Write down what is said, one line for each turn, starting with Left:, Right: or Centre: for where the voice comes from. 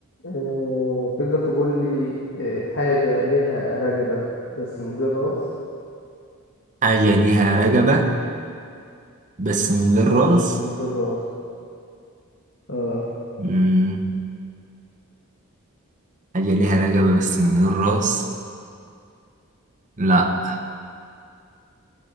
Left: آه، تقدر تقول لي آه، حاجة لها رقبة بس من غير راس
Right: حاجة ليها رقبة بس من غير
Left: اه
Right: راس
Left: بس من غير راس اه
Right: مم. حاجة ليها رقبة بس من غير راس لا